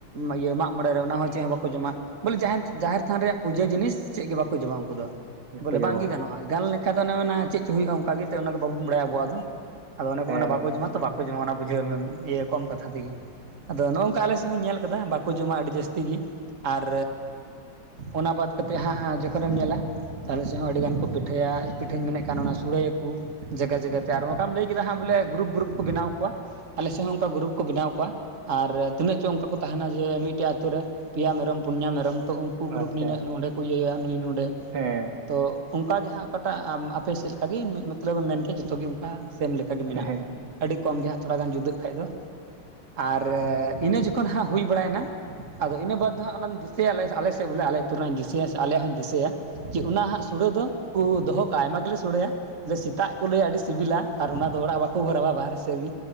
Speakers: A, on the right; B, on the right.
A: ᱤᱭᱟᱹ ᱢᱟᱜ ᱢᱚᱬᱮ ᱨᱮ ᱚᱱᱟ ᱦᱚᱸ ᱪᱮᱜ ᱦᱚᱸ ᱵᱟᱠᱚ ᱡᱚᱢᱟ ᱵᱚᱞᱮ ᱡᱟᱦᱮᱱᱛ ᱡᱟᱷᱮᱨ ᱛᱷᱟᱱ ᱨᱮᱭᱟᱜ ᱯᱩᱡᱟᱹ ᱡᱤᱱᱤᱥ ᱪᱮᱜ ᱜᱮ ᱵᱟᱠᱚ ᱡᱚᱢᱟ ᱩᱱᱠᱩ ᱫᱚ,
B: ᱵᱟᱠᱚ
A: ᱵᱚᱞᱮ ᱵᱟᱝ
B: ᱡᱚᱢᱟ
A: ᱜᱮ ᱜᱟᱱᱚᱜ ᱜᱟᱱ ᱞᱮᱠᱟᱱ ᱫᱚ ᱚᱱᱮ ᱢᱮᱱᱟ ᱪᱮᱫ ᱪᱚ ᱦᱩᱭᱩᱜ-ᱟ ᱚᱱᱠᱟ ᱜᱮ, ᱚᱱᱟ ᱫᱚ ᱵᱟᱵᱚᱱ ᱵᱟᱲᱟᱭᱟ ᱟᱵᱚᱣᱟᱜ ᱫᱚ, ᱟᱫᱚ ᱚᱱᱮ ᱠᱚ
B: ᱦᱮᱸ
A: ᱢᱮᱱᱟ ᱵᱟᱠᱚ ᱡᱚᱢᱟ ᱛᱚ ᱠᱚ ᱡᱮᱚᱱ ᱚᱱᱟ ᱵᱩᱡᱷᱟᱹᱣ ᱢᱮ ᱤᱭᱟᱹ ᱠᱚᱢ ᱠᱟᱛᱷᱟ ᱛᱮᱜᱮ᱾ ᱟᱫᱚ ᱱᱚᱜᱝᱠᱟ ᱟᱞᱮ ᱥᱮᱡ ᱦᱚᱸᱧ ᱧᱮᱞ ᱠᱟᱫᱟ ᱵᱟᱠᱚ ᱡᱚᱢᱟ ᱟᱹᱰᱤ ᱡᱟᱹᱥᱛᱤ ᱜᱤ, ᱟᱨᱻ ᱚᱱᱟ ᱵᱟᱫ ᱠᱟᱛᱮᱫ ᱦᱟᱸᱜ ᱡᱚᱠᱷᱚᱱᱮᱢ ᱧᱮᱞᱟ ᱛᱟᱦᱞᱮ ᱥᱮᱫ ᱦᱚᱸ ᱟᱹᱰᱤᱜᱟᱱ ᱠᱚ ᱯᱤᱴᱷᱟᱹᱭᱟ ᱯᱤᱴᱷᱟᱹᱧ ᱢᱮᱱᱮᱜ ᱠᱟᱱ ᱚᱱᱟ ᱥᱩᱲᱟᱹᱭᱟ ᱠᱩ᱾ ᱡᱟᱜᱟ ᱡᱟᱜᱟ ᱛᱮ, ᱟᱨ ᱚᱠᱟᱢ ᱞᱟᱹᱭ ᱠᱮᱫᱟᱟᱸᱜ ᱵᱚᱞᱮ ᱜᱨᱩᱯ ᱜᱨᱩᱯ ᱠᱚ ᱵᱮᱱᱟᱣ ᱠᱚᱣᱟ ᱟᱞᱮ ᱥᱮᱡ ᱦᱚᱸ ᱚᱱᱠᱟ ᱜᱨᱩᱯ ᱠᱚ ᱵᱮᱱᱟᱣ ᱠᱚᱣᱟ ᱟᱨ ᱛᱤᱱᱟᱹᱜ ᱪᱚ ᱚᱱᱠᱟ ᱠᱚ ᱛᱟᱦᱮᱱᱟ ᱡᱮ ᱢᱤᱫᱴᱮᱡ ᱟᱹᱛᱩ ᱨᱮ ᱯᱮᱭᱟ ᱢᱮᱨᱚᱢ ᱯᱩᱱᱭᱟ ᱢᱮᱨᱚᱢ ᱛᱚ ᱩᱝ ᱠᱩ ᱜᱨᱩᱯ
B: ᱟᱪᱪᱷᱟ
A: ᱱᱤᱱᱟᱹᱜ ᱱᱚᱸᱰᱮ ᱠᱚ ᱤᱭᱟᱹᱭᱟ ᱱᱩᱭ ᱱᱚᱰᱮ᱾
B: ᱦᱮᱸ
A: ᱛᱚ ᱚᱝᱠᱟ ᱜᱮ ᱦᱟᱸᱜ ᱚᱠᱟᱴᱟᱜ ᱟᱯᱮ ᱥᱮᱫ ᱞᱮᱠᱟ ᱜᱤ ᱢᱤᱫ ᱢᱚᱛᱞᱚᱵ ᱮᱢ ᱢᱮᱱ ᱠᱮᱭᱟ ᱡᱚᱛᱚᱜᱮ ᱚᱱᱠᱟ ᱥᱮᱢ ᱞᱮᱠ ᱠᱟ ᱜᱮ ᱢᱮᱱᱟᱜ-ᱟ,
B: ᱦᱮᱸ
A: ᱟᱹᱰᱤ ᱠᱚᱢ ᱜᱮ ᱦᱟᱸᱜ ᱛᱷᱚᱲᱟ ᱜᱟᱱ ᱡᱩᱫᱟᱹᱜ ᱠᱷᱟᱡ ᱫᱚ᱾ ᱟᱨ ᱤᱱᱟᱹ ᱡᱚᱠᱷᱚᱱ ᱦᱟᱸᱜ ᱦᱩᱭ ᱵᱟᱲᱟᱭᱮᱱᱟ᱾ ᱟᱫᱚ ᱤᱱᱟᱹ ᱵᱟᱫᱽ ᱫᱚ ᱦᱟᱸᱜ ᱚᱱᱟ ᱫᱤᱥᱟᱹᱭᱟᱞᱮ ᱟᱞᱮ ᱥᱮᱫ ᱵᱚᱞᱮ ᱟᱞᱮ ᱟᱹᱛᱩ ᱨᱮᱱᱟᱜ ᱤᱧ ᱫᱤᱥᱟᱹᱭᱟ ᱥᱮ ᱟᱮᱭᱟᱜ ᱦᱚᱸᱧ ᱫᱤᱥᱟᱹᱭᱟ, ᱡᱮ ᱚᱱᱟ ᱦᱟᱸᱜ ᱥᱚᱲᱟᱹ ᱫᱚ ᱠᱩ ᱫᱚᱦᱚ ᱠᱟᱜ-ᱟ ᱟᱭᱢᱟ ᱜᱮᱞᱮ ᱥᱩᱲᱟᱹᱭᱟ, ᱡᱮ ᱥᱮᱛᱟᱜ ᱠᱚ ᱞᱟᱹᱭᱟ ᱟᱹᱰᱤ ᱥᱤᱵᱤᱞᱟ ᱟᱨ ᱚᱱᱟ ᱫᱚ ᱚᱲᱟᱜ ᱵᱟᱠᱚ ᱵᱷᱚᱨᱟᱣᱟ ᱵᱟᱦᱨᱮ ᱥᱮᱫ ᱨᱮᱜᱤ